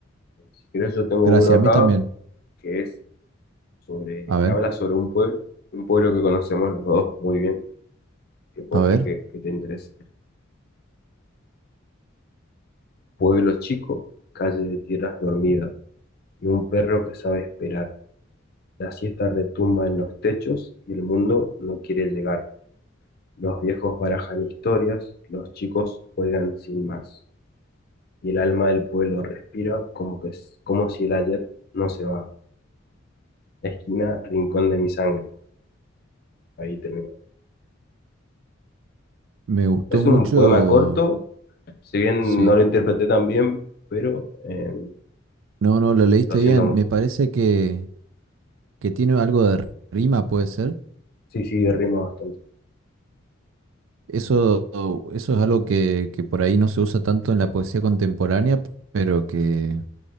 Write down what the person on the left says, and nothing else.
Si querés, yo tengo
uno acá
que es sobre,
que habla sobre un pueblo, un pueblo que conocemos los dos muy bien, que puede
ser que, que te interese. Pueblo chico, calle de tierras dormida, y un perro que sabe esperar. La siesta retumba en los techos y el mundo no quiere llegar. Los viejos barajan historias, los chicos juegan sin más. Y el alma del pueblo respira como que, como si el ayer no se va. esquina, rincón de mi sangre. Ahí termina.
Es
un poema corto, si bien
no lo interpreté tan bien, pero eh,
lo siento
mucho.
Sí, sí, rima bastante,